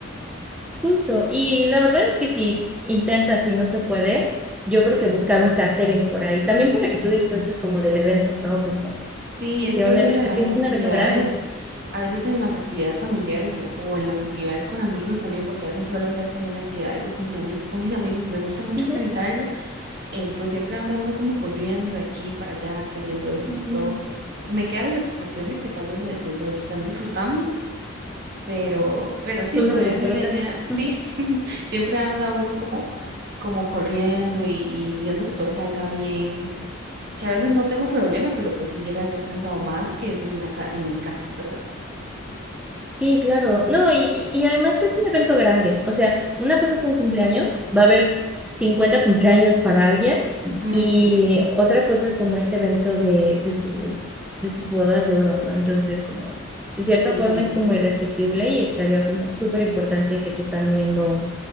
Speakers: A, in the centre; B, on the right.
A: Justo, y la verdad es que si intentas y no se puede, yo creo
B: Ujú.
A: que buscar un catering por ahí, también para que tú disfrutes como del evento, ¿no? Como
B: Sí,
A: que
B: es
A: sea
B: que
A: un
B: a veces
A: evento,
B: en
A: es
B: las actividades,
A: un evento grande.
B: a veces en las actividades familiares o, o en las actividades con amigos también, porque a veces suelo hacer también actividades de cumpleaños con mis amigos, me gusta mucho
A: Ujú.
B: organizarlo eh, pues siempre anda uno como corriendo de aquí para allá, que haciendo esto
A: No,
B: y todo. Me queda la satisfacción de que tal vez lo, de lo están disfrutando, pero, pero sí,
A: Tú
B: podría
A: no lo disfrutas.
B: ser la idea. Sí,
A: Ujú.
B: <laughs> siempre anda uno como, como corriendo y, y viendo que todo salga bien, que a veces no tengo problema, pero pues sí llega a ser cansado más que es en, la ca- en mi casa, ¿verdad?
A: Sí, claro. No, y, y y además es un evento grande. O sea, una cosa es un cumpleaños, va a haber 50 cumpleaños para alguien
B: Ujú,
A: Y otra cosa es como este evento de, de sus, de sus bodas de oro, ¿no? Entonces, como de cierta
B: Sí.
A: forma es como irrepetible y estaría como súper importante que tú también lo,